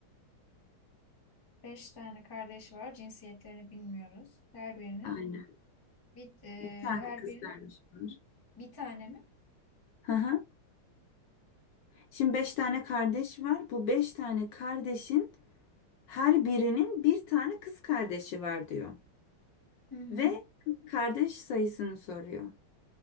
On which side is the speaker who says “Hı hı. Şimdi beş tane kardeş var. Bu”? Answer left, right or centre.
Left